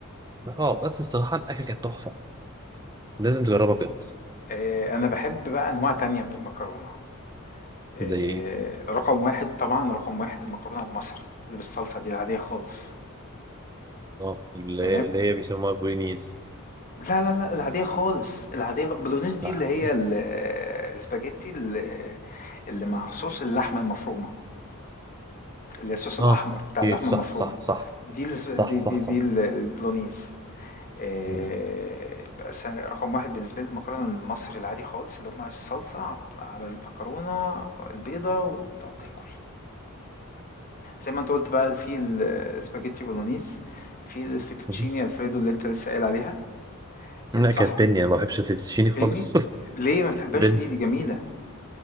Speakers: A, on the right; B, on the left.
A: اه بس الصراحه الاكل كانت تحفه لازم تجربها بجد
B: آآ أنا باحب بقى أنواع تانية من المكرونة، آآ
A: دي
B: رقم 1 طبعًا رقم 1 المكرونة المصري اللي بالصلصة دي العادية خالص،
A: اه اللي
B: تمام؟
A: هي اللي هي بيسموها بولينيز
B: لا، لا، لا، العادية خالص، العادية البولونيز دي
A: لا
B: اللي هي ال الspaghetti ال اللي مع صوص اللحمة المفرومة. الصوص الأحمر
A: اه
B: بتاع
A: كيف
B: اللحمة
A: صح
B: المفرومة
A: صح صح
B: دي الس- دي
A: صح صح
B: دي,
A: صح
B: دي ال- البولونيز آه،
A: مم.
B: بقى س- رقم واحد بالنسبة لي المكرونة المصري العادي خالص اللي هو مع الصلصة ع- على المكرونة البيضة وتقعد تاكل زي ما انت قلت بقى في السباجيتي بولونيز في الفيتوتشيني
A: مم.
B: الفريدو اللي انت لسه قايل عليها
A: لا
B: صح
A: كانت بني انا ما بحبش الفيتوتشيني
B: بني
A: خالص <laughs>
B: ليه ما بتحبهاش
A: بني
B: ليه دي جميلة